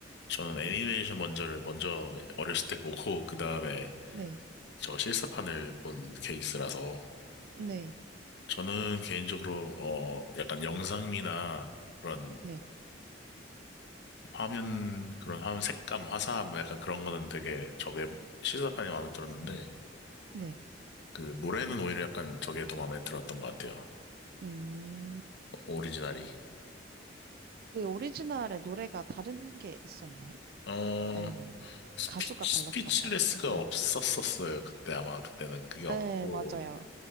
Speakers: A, on the left; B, on the right.
A: 저는 애니메이션 먼저를 먼저 어렸을 때 보고 <laughs> 그 다음에
B: 네.
A: 저 실사판을 본 케이스라서
B: 네.
A: 저는 개인적으로 어 약간 영상미나 그런
B: 네.
A: 화면 그런 화면 색감 화사함 약간 그런 거는 되게 저게 실사판이 마음에 들었는데
B: 네.
A: 그 노래는 오히려 약간 저게 더 마음에 들었던 것 같아요
B: 음.
A: 오리지널이
B: 그 오리지널의 노래가 다른 게 있었나요?
A: 어
B: 아니면
A: 스피
B: 가수가
A: 스피치레스가
B: 달랐던가요? 네.
A: 없었었어요 그때 아마 그때는 그게 없고
B: 네, 맞아요.